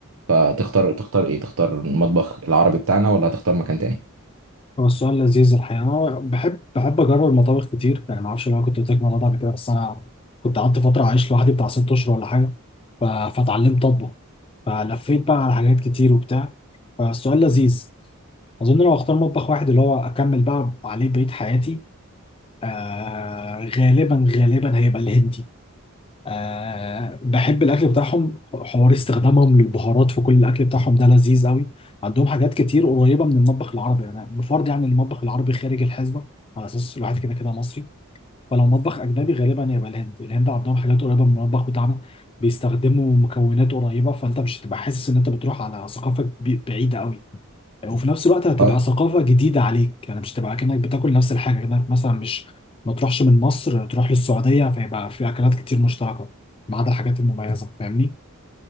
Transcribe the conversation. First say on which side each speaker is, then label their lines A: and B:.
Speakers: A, on the right; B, on the left.
A: فتختار تختار ايه تختار المطبخ العربي بتاعنا ولا هتختار مكان تاني
B: هو السؤال لذيذ الحقيقة أنا بحب بحب أجرب المطابخ كتير يعني ما أعرفش لو أنا كنت قلت لك الموضوع ده قبل كده بس أنا كنت قعدت فترة عايش لوحدي بتاع ست أشهر ولا حاجة ف- فاتعلمت أطبخ فلفيت بقى على حاجات كتير وبتاع فالسؤال لذيذ أظن لو أختار مطبخ واحد اللي هو أكمل بقى عليه بقية حياتي آه غالبا غالبا هيبقى الهندي أه بحب الاكل بتاعهم حوار استخدامهم للبهارات في كل الاكل بتاعهم ده لذيذ قوي عندهم حاجات كتير قريبه من المطبخ العربي انا بفرض يعني المطبخ العربي خارج الحسبه على اساس الواحد كده كده مصري فلو مطبخ اجنبي غالبا يبقى الهند الهند عندهم حاجات قريبه من المطبخ بتاعنا بيستخدموا مكونات قريبه فانت مش هتبقى حاسس ان انت بتروح على ثقافه بي- بعيده قوي وفي نفس الوقت هتبقى
A: اه
B: ثقافة جديدة عليك يعني مش هتبقى كأنك بتاكل نفس الحاجة كأنك مثلا مش ما تروحش من مصر تروح للسعودية فيبقى في أكلات كتير مشتركة ما عدا الحاجات المميزة فاهمني